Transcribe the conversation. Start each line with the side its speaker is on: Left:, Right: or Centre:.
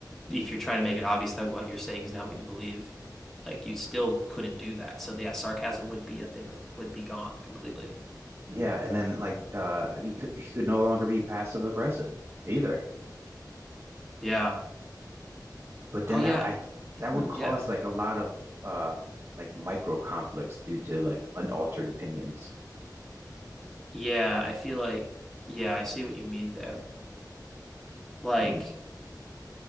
Centre: if you're trying to make it obvious that what you're saying is not what you believe, like you still couldn't do that. So yeah, sarcasm would be a thing of would be gone completely.
Right: Yeah, and then like uh you could you could no longer be passive aggressive either.
Centre: Yeah.
Right: but
Centre: Oh
Right: then
Centre: yeah.
Right: that I th that
Centre: Hmm,
Right: would cause
Centre: yeah.
Right: like a lot of uh like micro conflicts due to like unaltered opinions.
Centre: Yeah. I feel like yeah, I see what you mean there. Like,
Right: Mm,